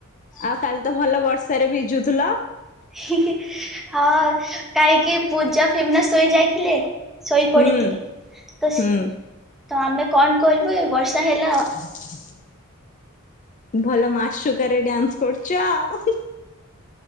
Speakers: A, on the left; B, in the centre.
A: ଆଉ କାଲି ତ ଭଲ ବର୍ଷାରେ ଭିଜୁଥିଲ?
B: ହି ହି ହଁ କାହିଁକି ପୂଜା, ଫେମିନା ଶୋଇ ଯାଇଥିଲେ ଶୋଇ ପଡିଥିଲେ
A: ହୁଁ
B: ତ ତ
A: ହୁଁ
B: ଆମେ କଣ କରିବୁ ଏ ବର୍ଷା ହେଲା
A: <inaudible> ଭଲ ମାସୁକାରେ ଡ୍ୟାନ୍ସ କରୁଛ ଆଉ।